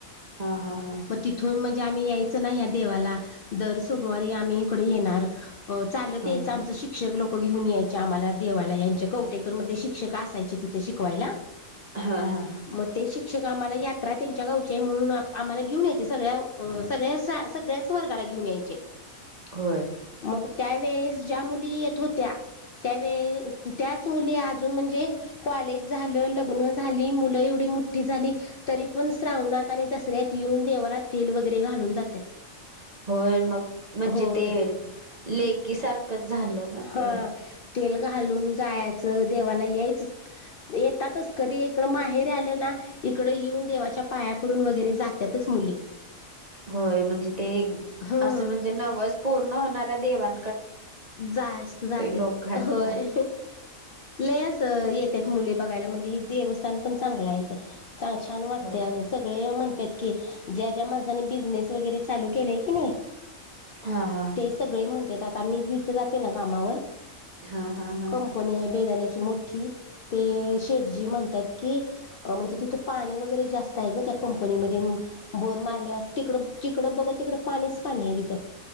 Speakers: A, on the right; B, on the left.
A: हा हा हा
B: मग तिथून म्हणजे आम्ही यायच नाही या देवाला दर सोमवारी आम्ही इकडे येणार चालत
A: हा
B: यायच आमच शिक्षक लोक घेऊन यायचे आम्हाला देवाला यांच्या कवटेकर मधले शिक्षक असायचे तिथं शिकवायला
A: हा हा
B: मग ते शिक्षक आम्हाला यात्रा त्यांच्या गावची म्हणून आम्हाला घेऊन यायचे सगळ्या सगळ्या सगळ्याच वर्गाला घेऊन यायचे
A: होय
B: मग त्यावेेळेस ज्या मुली येत होत्या त्यावे त्याच मुली अजून म्हणजे कॉलेज झालं लग्न झाली मुलं एवढ ठी झाली तरी पण श्रावणात आणि दसऱ्यात येऊन देवाला तेल वगैरे घालून जातात
A: होय मग म्हणजे
B: होय
A: ते लेकी सारखंच झालं ना
B: हा
A: ते
B: तेल घालून जायचं देवाला याच येतातच कधी इकडं माहेर आलं ना इकडं येऊन देवाच्या पाया पडून वगैरे जातातच मुली
A: होय म्हणजे ते
B: ह
A: असं म्हणजे नवस पूर्ण होणारऱ देवां
B: जास्त जात
A: लोकांचा.
B: होय लस येत त्यात मुले बघायला म्हणजे हेि देवस्थान पण चांगलं आहे चां छान वाटतंय
A: होय.
B: आणि सगळे म्हण ज्या ज्या माणसानी बिझनेस वरे चालू केय की नाही
A: हा हा
B: ते सगळे म्हणत आता म ते जाते ना कामावर
A: हा हा हा
B: कंपनी ह बेजण्याची मो्ठी ते शेटजी म्हणतात की म्हणजे तिथं पाणी वगैरे जास्त आहे ग त्या कंपनीमध्ये बोर मारल्यावर तिकडं तिकडं बघत तिकडं पाणीच पाणी हे तिथं